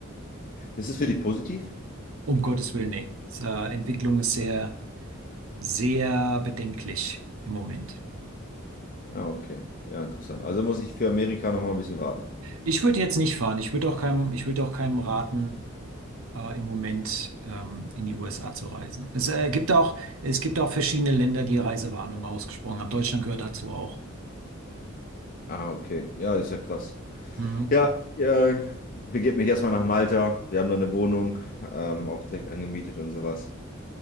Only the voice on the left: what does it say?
Ist es für dich positiv?
Ja, okay. Ja, interessant. Also muss ich für Amerika noch mal ein bisschen warten.
Ah, okay. Ja, das ist ja krass.
Ja, ich äh, begebe mich erstmal nach Malta. Wir haben da eine Wohnung, ähm, auch direkt angemietet und sowas.